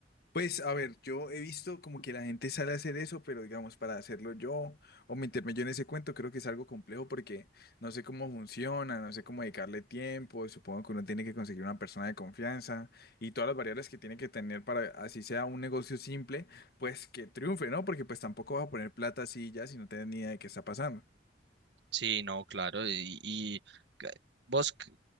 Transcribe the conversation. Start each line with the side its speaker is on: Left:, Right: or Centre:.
Left: Pues a ver, yo he visto como que la gente sale a hacer eso, pero digamos, para hacerlo yo o meterme yo en ese cuento, creo que es algo complejo porque no sé cómo funciona, no sé cómo dedicarle tiempo, supongo que uno tiene que conseguir una persona de confianza y todas las variables que tiene que tener para, así sea un negocio simple, pues que triunfe, ¿no? Porque pues tampoco vas a poner plata así ya si no tienes ni idea de qué está pasando.
Right: Sí, no, claro. Y, y ca- vos, c-